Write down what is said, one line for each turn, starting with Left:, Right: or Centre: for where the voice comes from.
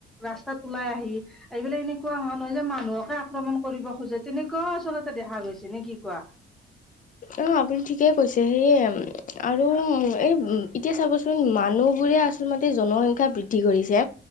Centre: ৰাস্তাত ওলাই আহি এইবিলাক এনেকুৱা হয় নহয় যে মান মানুহকে আক্ৰমণ কৰিব খোজে তেনেকুৱাও আচলতে দেখা গৈছে নে কি কোৱা।
Left: অ' আপুনি ঠিকে কৈছে সেয়ে। আৰু এই এতিয়া চাবচোন মানুহবোৰে আচলমতে জনসংখ্যা বৃদ্ধি কৰিছে।